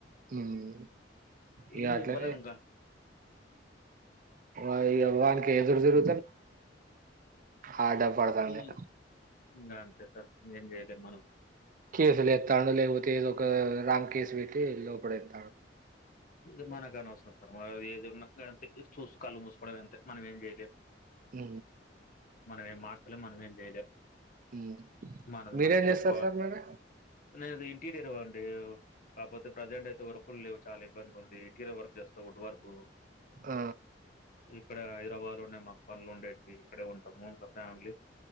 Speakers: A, on the right (about 45°); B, on the left (about 45°).
A: మ్మ్ ఇగ
B: ఏం చెప్పాలేము
A: అట్లనే
B: ఇంకా
A: ఆ ఈ అవాన్కి ఎదుర్దిరు ఆ డబ్ పడతది
B: ఈ ఇంగ అంతే సార్ ఏం చేయలేము మనం
A: కేసులు ఎస్తాడు లేకపోతే ఏదో ఒక రాంగ్ కేసు పెట్టి లోపలి ఏతాండు
B: ఇది మనకు అనవసరం సార్ మన ఏదిన్నా చూసి కళ్ళు మూసుకోవడం అంతే మనం ఏం చేయలేము
A: హ
B: మనం ఏం మార్చలేం మనం ఏం చేయలేం
A: హ్మ్.
B: మనది
A: మీరేం
B: మనం చూసుకోవాలి
A: చేస్తారు సార్ మరి?
B: నేను ఇంటీరియర్ అండి కాకపోతే ప్రజెంట్ అయితే వర్క్లు లేవు చాలా ఇబ్బంది ఉంది ఇటీరియర్ వర్క్ చేస్తా వుడ్ వర్క్
A: ఆ
B: ఇక్కడ హైదరాబాద్ లోనే మాకు పనులు ఉండేటివి ఇక్కడే ఉంటాం ఫ్యామిలీ